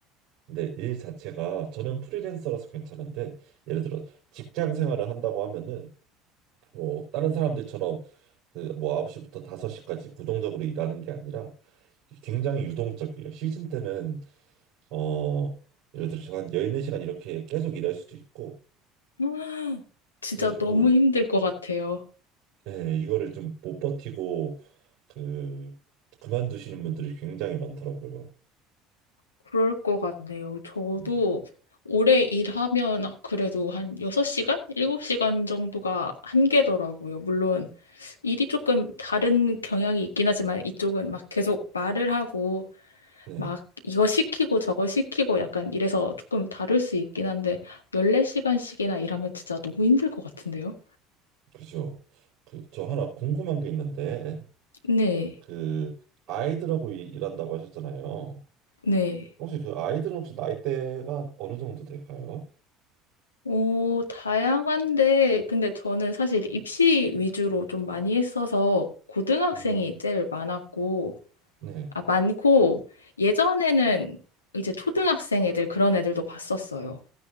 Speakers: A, on the right; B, on the left.
A: 근데 일 자체가 저는 프리랜서라서 괜찮은데 예를 들어 직장 생활을 한다고 하면은 뭐 다른 사람들처럼 그뭐 9시부터 5시까지 고정적으로 일하는 게 아니라 굉장히 유동적이에요. 시즌 때는 어, 예를 들어서 한 14시간 이렇게 계속 일할 수도 있고,
B: 음. 진짜
A: 그래가지고,
B: 너무 힘들 것 같아요.
A: 예, 이거를 좀 못 버티고, 그, 그만두시는 분들이 굉장히 많더라고요.
B: 그럴 것 같네요. 저도
A: 예.
B: 오래 일하면 아, 그래도 한 6시간? 7시간 정도가 한계더라고요. 물론 일이 조금 다른 경향이 있긴 하지만 이쪽은 막 계속 말을 하고
A: 네,
B: 막 이거 시키고 저거 시키고 약간 이래서 조금 다를 수 있긴 한데 14시간씩이나 일하면 진짜 너무 힘들 것 같은데요?
A: 그죠. 그, 저 하나 궁금한 게 있는데,
B: 네,
A: 그, 아이들하고 이- 일한다고 하셨잖아요.
B: 네.
A: 혹시 그 아이들은 혹시 나이대가 어느 정도 될까요?
B: 오, 다양한데, 근데 저는 사실 입시 위주로 좀 많이 했어서 고등학생이
A: 음,
B: 제일 많았고,
A: 네.
B: 아, 많고, 예전에는 이제 초등학생 애들 그런 애들도 봤었어요.